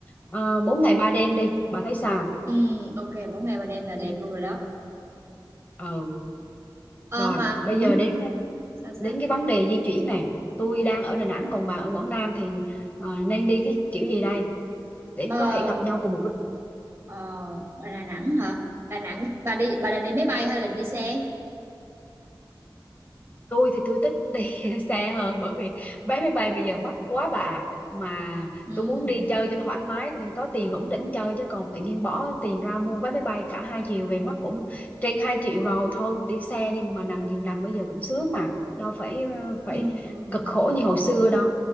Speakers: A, on the left (about 20°); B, on the right (about 30°).
A: ờ, bốn ngày ba đêm đi bà thấy sao
B: Ừm, ok, 4 ngày 3 đêm là đẹp luôn rồi đó.
A: ừ
B: Ờ
A: rồi
B: mà,
A: bây
B: hử?
A: giờ đến
B: Sao sao?
A: đến cái vấn đề di chuyển nè tôi đang ở Đà Nẵng còn bà ở Quảng Nam thì ờ, nên đi cái kiểu gì đây để em
B: Ờ,
A: có thể gặp nhau cùng một lúc
B: ờ, Bà Đà Nẵng hả? Đà Nẵng, bà đi, bà định đi máy bay hay là đi xe?
A: tôi thì tôi thích đi <laughs> xe hơn bởi vì vé máy bay bây giờ mắc quá bà ạ. mà
B: Ừm,
A: tôi muốn đi chơi cho thoải mái thì có tiền rủng rỉnh chơi chứ còn tự nhiên bỏ tiền ra mua vé máy bay cả hai chiều về mất cũng trên 2 triệu rồi thôi đi xe đi mà nằm giường nằm bây giờ cũng sướng mà đâu phải ờ, phải
B: ừm.
A: cực khổ như hồi xưa đâu